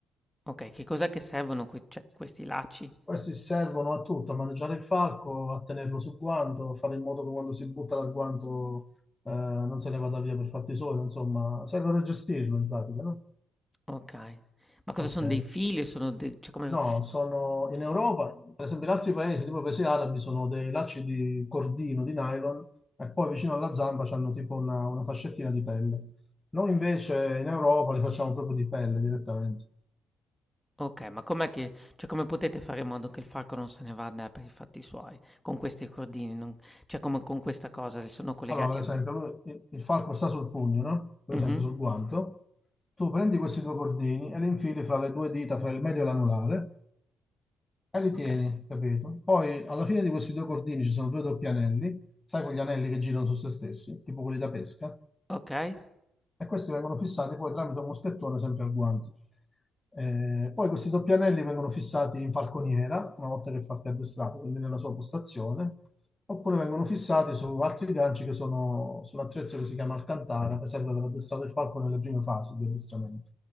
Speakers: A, in the centre; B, on the left.
A: Okay, che cos'è che servono que cioè questi lacci?
B: Questi servono a tutto, a maneggiare il falco, a tenerlo sul guanto, a fare in modo che quando si butta dal guanto eh, non se ne vada via per fatti suoi, insomma, servono a gestirlo in pratica, no?
A: Okay. Ma cosa
B: Ok.
A: son dei fili o sono de cioè come
B: No, sono in Europa, per esempio in altri paesi, tipo i paesi arabi, sono dei lacci di cordino, di nylon, e poi vicino alla zamba c'hanno tipo una, una fascettina di pelle. Noi invece in Europa li facciamo proprio di pelle direttamente.
A: okay, ma com'è che cioè come potete fare in modo che il falco non se ne vada eh, per i fatti suoi con questi cordini? Non cioè come con questa cosa, li sono collegati
B: Allora, per esempio,
A: a vo
B: lui- il, il falco sta sul pugno, no? Per
A: mh-mh,
B: esempio sul guanto. Tu prendi questi due cordini e li infili fra le due dita, fra il medio e l'anulare, e li tieni,
A: okay,
B: capito? Poi alla fine di questi due cordini ci sono due doppi anelli, sai quegli anelli che girano su se stessi, tipo quelli da pesca?
A: okay.
B: e questi vengono fissati poi tramite un moschettone sempre al guanto. Eh, poi questi doppi anelli vengono fissati in falconiera, una volta che il falco è addestrato, quindi nella sua postazione, oppure vengono fissati su altri ganci che sono sull'attrezzo che si chiama Alcantara, che serve per addestrare il falco nelle prime fasi di addestramento.